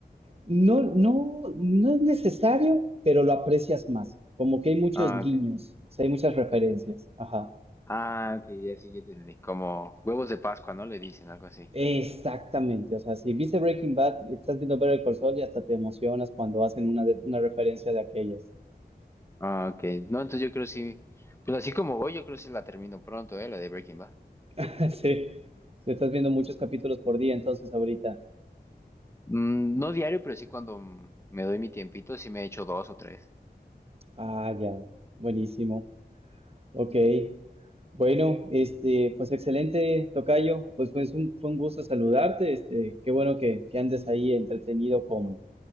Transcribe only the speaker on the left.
Ah,
ok.
Ah, ok, ya sí, ya entendí. Como huevos de Pascua, ¿no? Le dicen algo así.
Ah, ok. No, entonces yo creo sí. Pues así como voy, yo creo sí la termino pronto, ¿eh? La de Breaking Bad.
Mm, no diario, pero sí cuando mm, me doy mi tiempito, sí me echo dos o tres.